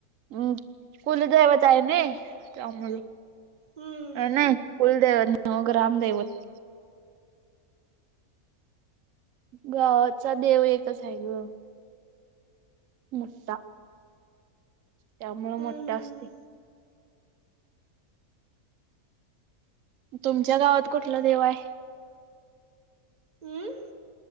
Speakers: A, on the right; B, on the right.
A: हम् कुलदैवत आहे नई. त्यामुळं,
B: हम्म
A: नाही कुलदैवत, नाही ओ ग्रामदेवत. गावाचा देव एकच आहे ग. मोठा, त्यामुळं
B: हम्म
A: मोठा
B: हम्म
A: असतोय. तुमच्या गावात कुठला देव हाय.
B: हम्म.